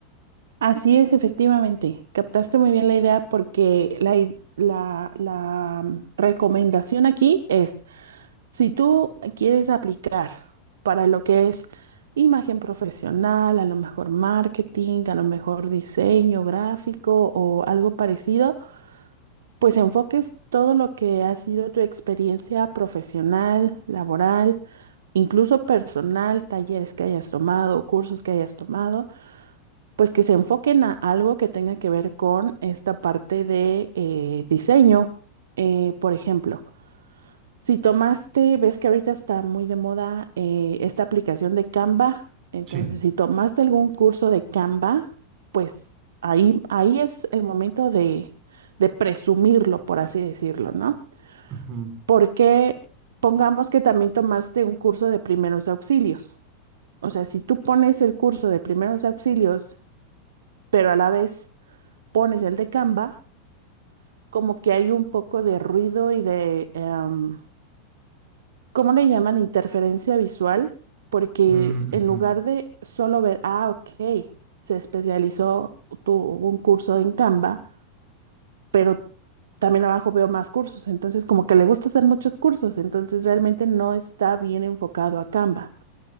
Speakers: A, on the right; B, on the right.
A: Así es, efectivamente. Captaste muy bien la idea porque la, i- la, la mm, recomendación aquí es, si tú quieres aplicar para lo que es imagen profesional, a lo mejor marketing, a lo mejor diseño gráfico o algo parecido, pues enfoques todo lo que ha sido tu experiencia profesional, laboral, incluso personal, talleres que hayas tomado, cursos que hayas tomado, pues que se enfoquen a algo que tenga que ver con esta parte de eh, diseño. Eh, por ejemplo, si tomaste, ves que ahorita está muy de moda eh, esta aplicación de Canva. Entonces,
B: Sí.
A: si tomaste algún curso de Canva, pues ahí, ahí es el momento de, de presumirlo, por así decirlo, ¿no?
B: Ujú.
A: Porque pongamos que también tomaste un curso de primeros auxilios. O sea, si tú pones el curso de primeros auxilios, pero a la vez pones el de Canva, como que hay un poco de ruido y de... em, ¿Cómo le llaman interferencia visual? Porque
B: Mm,
A: en
B: ujú.
A: lugar de solo ver, ah, ok, se especializó, tuvo un curso en Canva, pero también abajo veo más cursos, entonces como que le gusta hacer muchos cursos, entonces realmente no está bien enfocado a Canva.